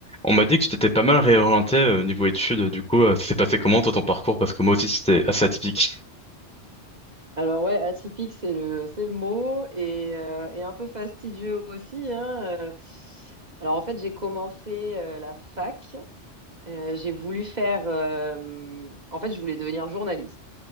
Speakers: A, in the centre; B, on the right (about 40°).
A: On m'a dit que tu t'étais pas mal réorienté euh, niveau études, du coup, euh, ça s'est passé comment toi ton parcours? Parce que moi aussi c'était assez atypique.
B: Alors ouais, atypique, c'est le, c'est le mot et, euh, et un peu fastidieux aussi, hein. euh. Alors en fait, j'ai commencé euh, la fac. Euh, j'ai voulu faire... euh, en fait, je voulais devenir journaliste.